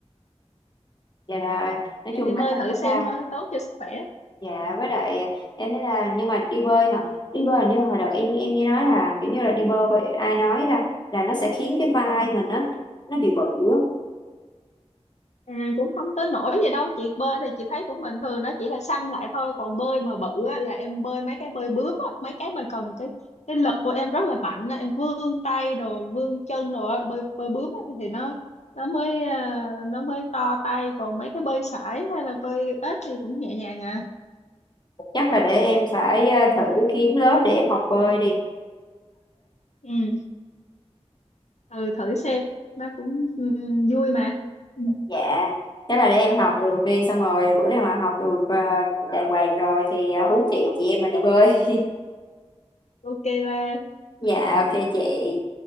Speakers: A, on the left (about 40°); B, on the left (about 80°).
A: dạ là nói
B: em
A: chung
B: đi bơi
A: là tập
B: thử
A: thể
B: xem
A: thao
B: nó tốt cho sức khỏe
A: Dạ với lại em thấy là nhưng mà đi bơi hả? Đi bơi hình như hồi đầu em em nghe nói là kiểu như là đi bơi vậy ai nói ra là nó sẽ khiến cái vai mình á nó bị bự á.
B: À, cũng không tới nỗi gì đâu chị bơi thì chị thấy cũng bình thường nó chỉ là săn lại thôi còn bơi mà bự á, là em bơi mấy cái bơi bướm á, mấy cái mà cần cái cái lực của em rất là mạnh á, em vươn tay rồi vươn chân rồi á, bơi bơi bướm á, thì nó nó mới à, nó mới to tay còn mấy cái bơi sải hay là bơi ếch thì cũng nhẹ nhàng à
A: Chắc là để em phải ờ, thử kiếm lớp để em học bơi đi.
B: ừ ừ thử xem nó cũng ừ, vui mà ừ,
A: Dạ. Thế là để em học được đi xong rồi bữa nào mà học được ờ, đàng hoàng rồi thì ờ, hú chị chị em mình đi bơi.
B: ok là
A: <laughs> Dạ ok chị.